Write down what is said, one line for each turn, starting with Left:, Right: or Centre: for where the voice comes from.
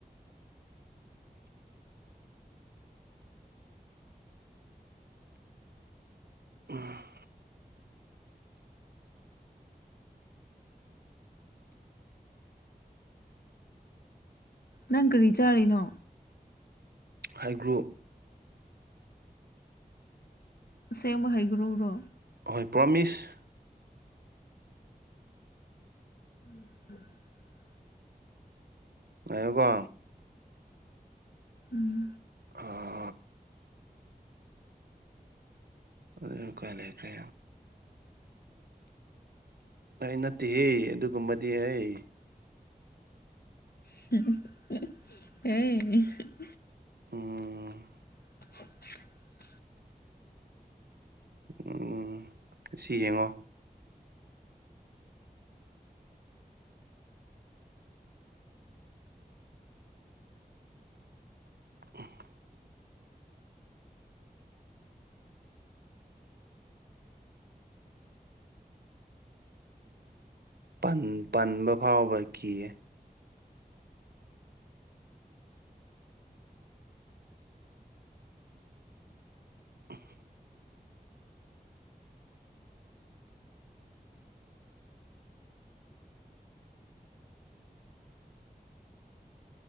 Right: ꯎꯝ
Left: ꯅꯪ ꯀꯔꯤ ꯆꯥꯔꯤꯅꯣ
Right: ꯍꯩꯒ꯭ꯔꯨ
Left: ꯑꯁꯦꯡꯕ ꯍꯩꯒ꯭ꯔꯨꯔꯣ
Right: ꯍꯣꯏ ꯄ꯭ꯔꯣꯃꯤꯁ
Left: <unintelligible>
Right: ꯂꯩꯌꯣꯀꯣ
Left: ꯎꯝ
Right: <unintelligible> ꯑꯗꯨ ꯀꯥꯏ ꯂꯩꯈ꯭ꯔꯦ ꯑꯩ ꯅꯠꯇꯦꯍꯦ ꯑꯗꯨꯒꯨꯝꯕꯗꯤ ꯑꯩ
Left: <unintelligible>
Right: ꯎꯝ
Left: <unintelligible>
Right: ꯎꯝ ꯁꯤ ꯌꯦꯡꯉꯣ <unintelligible> ꯄꯟ ꯄꯟꯕ ꯐꯥꯎꯕ ꯀꯤꯌꯦ <unintelligible>